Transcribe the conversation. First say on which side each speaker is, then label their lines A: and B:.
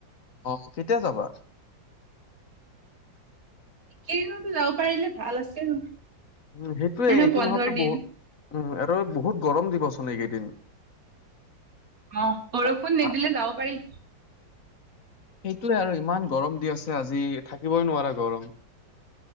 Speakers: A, on the left; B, on the right.
A: অ কেতিয়া যাবা?
B: কেইদিনতো যাব পাৰিলে ভাল আছিল।
A: উম সেইটোৱে
B: এনেও
A: এইটো
B: বন্ধৰ
A: মাহতটো
B: দিন
A: বহু, উম আৰু বহুত গৰম দিবচোন এইকেইদিন।
B: অ বৰষুণ
A: আ
B: নিদিলে
A: আ
B: যাব পাৰি।
A: সেইটোৱে আৰু ইমান গৰম দি আছে আজি থাকিবই নোৱাৰা গৰম।